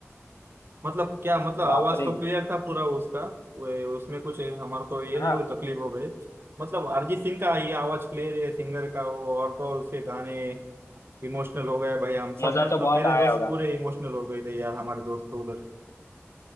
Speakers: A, on the right (about 55°); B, on the left (about 80°).
A: मतलब क्या मतलब आवाज
B: बाप रे
A: तो क्लियर था पूरा उसका वो- उसमें कुछ हमारे को ये
B: हाँ
A: नहीं हुई तकलीफ हो गई मतलब अरिजीत सिंह का ये आवाज क्लियर है सिंगर का वो और तो और उसके गाने इमोशनल हो गए भाई हम सब
B: मजा
A: मतलब
B: तो बहुत
A: मेरे
B: आया
A: दोस्त
B: होगा
A: पूरे इमोशनल हो गए थे यार हमारे दोस्त तो उधर